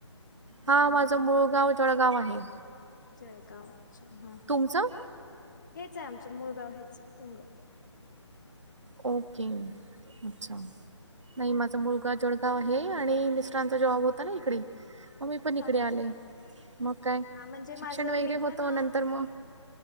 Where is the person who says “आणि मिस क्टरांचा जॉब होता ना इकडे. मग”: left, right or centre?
Right